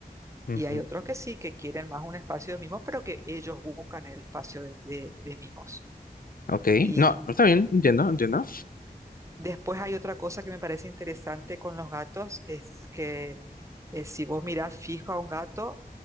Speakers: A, on the left (about 65°); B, on the right (about 20°).
A: ujú,
B: Y hay otros que sí, que quieren más un espacio de mimos, pero que ellos buscan el espacio de, de- de mimos.
A: Ok.
B: Y
A: No, está bien, entiendo, entiendo.
B: después hay otra cosa que me parece interesante con los gatos, es que eh, si vos mirás fijo a un gato